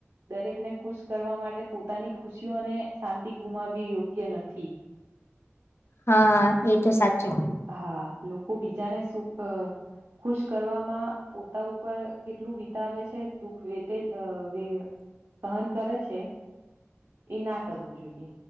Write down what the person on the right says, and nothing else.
દરેક ને ખુશ કરવા માટે પોતાની ખુશીઓ અને શાંતિ ગુમાવી યોગ્ય નથી.
હા, લોકો બીજાને સુખ ખુશ કરવામાં પોતા ઉપર કેટલું વિતાવે છે, દુઃખ વિતે એ બી અ સહન કરે છે, એ ના કરવું જોઈએ.